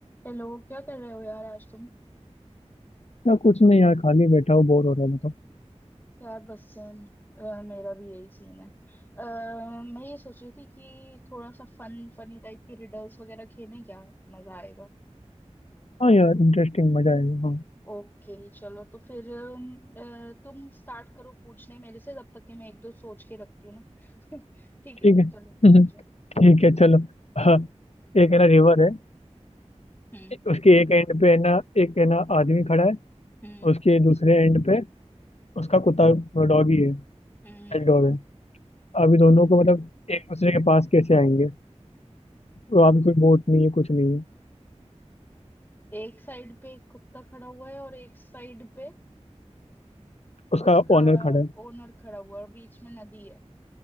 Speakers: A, on the left; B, on the left.
A: Hello क्या कर रहे हो यार आज तुम
B: या कुछ नहीं यार खाली बैठा हूँ बोर हो रहा हूँ तो
A: यार बस सेम मेरा भी यही सीन है अ, मैं ये सोच रही थी कि थोड़ा सा फन फनी टाइप के रिडल्स वगैरह खेलें क्या मजा आएगा
B: हाँ यार इंटरेस्टिंग मजा आएगा हाँ
A: ओके चलो तो फिर अम, अ, तुम स्टार्ट करो पूछने मेरे से जब तक कि मैं एक दो सोच के रखती हूँ ना <laughs> ठीक
B: ठीक
A: है
B: है
A: चलो पूछो
B: हम्म, ठीक है चलो हाँ एक है ना रिवर है
A: हम्म
B: उसके एक एंड पे है ना एक है ना आदमी खड़ा है
A: हम्म
B: उसके दूसरे एंड पे उसका कुत्ता डॉगी है
A: हम्म
B: पेट डॉग है अभी दोनों को मतलब एक दूसरे के पास कैसे आएंगे तो अभी कोई बोट नहीं है कुछ नहीं है
A: एक साइड पे एक कुत्ता खड़ा हुआ है और एक साइड पे
B: उसका
A: उसका
B: ओनर खड़ा है
A: ओनर खड़ा हुआ है और बीच में नदी है